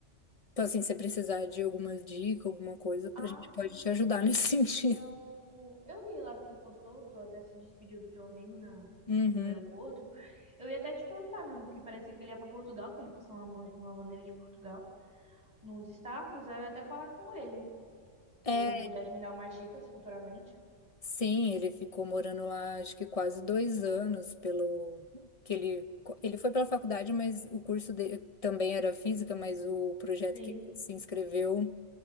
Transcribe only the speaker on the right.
Ah,
sim.
Eu, eu vi lá que tu postou, tu até se despediu do teu amigo na,
no aeroporto. Eu ia até te perguntar mesmo, que parecia que ele ia pra Portugal, que ele postou uma, ban- uma bandeira de Portugal nos status, aí eu ia até falar com ele.
Se ele não pudesse me dar umas dicas futuramente.
Sim,